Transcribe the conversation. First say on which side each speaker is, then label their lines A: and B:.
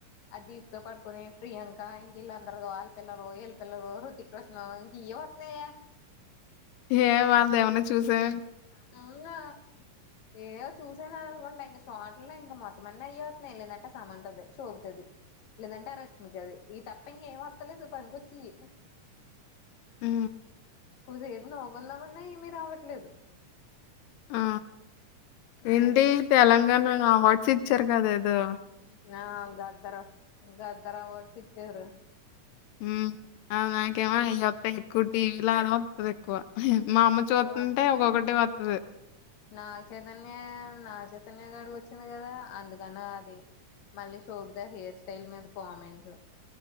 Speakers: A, on the left; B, on the left.
A: అది దీపిక పడుకునే ప్రియాంక ఇంక ఇల్ళ అందరూ ఆళ్ పిల్లలు ఇల్ పల్లలు రుథిక్ రోషన్ ఇంక ఇయ్ వత్నయ్య
B: ఏ వాళ్ళది ఏమన్నా చూసా
A: అవునా ఏవో చూసానా అనుకోం లె ఇంక షార్ట్ లే ఇంకా మొత్తం అని అయ్యతున్నాయి లేదంటే సమంతది సోభితది లెదంటె రష్మికది ఈ తప్ప ఇంకా ఏం మత్తలేదు పనికొచ్చేయి
B: ఉ
A: కొద్సేపు నవ్వుకుందామన్న ఏమీ రావట్లేదు
B: ఆ!
A: ఆ
B: ఏంటి
A: ఉన్నాయి
B: తెలంగాణ అవార్డ్స్ ఇచ్చారు కదా ఏదో
A: ఆ గదర గదర్ అవార్డ్స్ ఇచ్చారు
B: ఉ అ నాకేమ ఇయాప్ ఎక్కు టీవిలా ఆ ఎక్కువ మా అమ్మ చూస్తుంటే
A: మొత్తం
B: ఒక్కొక్కటి వస్తది
A: నాగ చైతన్య నాగ చైతన్య గడు వచ్చిండ్ కదా అందుకని అది మళ్ళీ శోభితా హెయిర్ స్టైల్ మీద కామెంట్స్